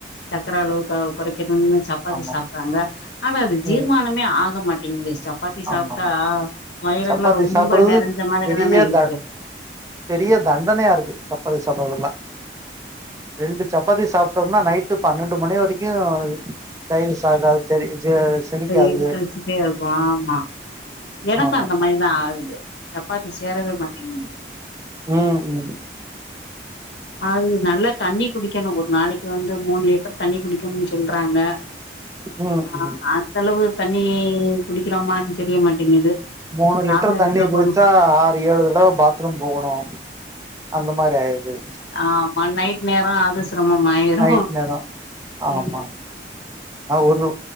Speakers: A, on the left (about 85°); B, on the right (about 20°).
A: சக்கர அளவு குறைக்கா <inaudible> சப்பாத்தி
B: ஆமா
A: சாப்றாங்க ஆகாது ஜீர்மானமே
B: ம்
A: ஆகமாட்டிங்குது சப்பாத்தி சாப்பிட்டா
B: ஆமா
A: வயிறெல்லாம்
B: சப்பாத்தி
A: ரொம்ப
B: சாப்புட்றது
A: நெறஞ்ச மாதிரிதானே
B: பெரிய
A: இருக்கு
B: த பெரிய தண்டனையா இருக்கு சப்பாத்தி சாப்பிற்றெல்லாம் ரெண்டு சப்பாத்தி சாப் நைட்டு பன்னெண்டு மணி வரைக்கும் டைஜசஸ் ஆகாது. செரி செ செரிக்காது
A: எதுக்கழச்சிட்டே இருக்கும் ஆமா எனக்கும்
B: ஆமாமா
A: அந்த மாரி தான் ஆகுது. சப்பாத்தி சேறவே மாட்டேங்குது
B: உஹம் உம்
A: அது நல்லா தண்ணி குடிக்கணும் ஒரு நாளக்கி வந்து மூணு லிட்டர் தண்ணி குடிக்கணும் சொல்றாங்க
B: ம்
A: ஆஹ்
B: ம்
A: அந்த அளவு தண்ணி குடிக்கிறோமா தெரிய மாட்டேங்குது
B: மூணு லிட்டர்
A: தாகோ எடுக்கிறப்ப
B: தண்ணி குடிச்சா
A: ம
B: ஆறு ஏழு தடவ பாத்ரூம் போகணும் அந்த மாரி ஆயிறுது
A: ஆமா நைட் நேரம் அதுசிரமாய்ரு
B: நைட் நேரோ ஆமா
A: உம்
B: ஒரு